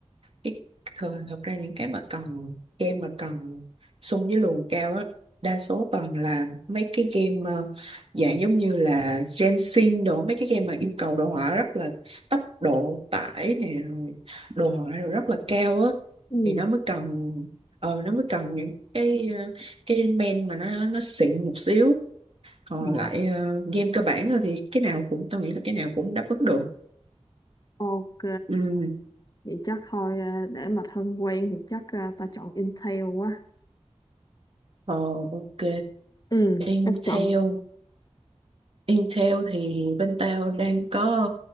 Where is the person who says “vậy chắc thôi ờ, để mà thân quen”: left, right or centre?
Left